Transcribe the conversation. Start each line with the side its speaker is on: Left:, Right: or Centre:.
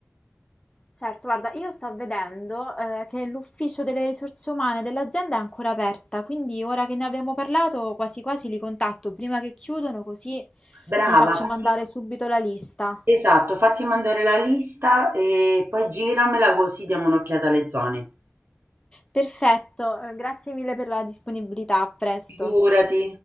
Left: Certo, guarda, io sto vedendo, ehm, che l'ufficio delle risorse umane dell'azienda è ancora aperta, quindi ora che ne abbiamo parlato, quasi quasi li contatto prima che chiudono, così
Right: Brava,
Left: mi faccio
Right: fatti
Left: mandare subito la lista.
Right: esatto, fatti mandare la lista e poi giramela così diamo un'occhiata alle zone.
Left: Perfetto, eh, grazie mille per la disponibilità, a presto.
Right: Figurati.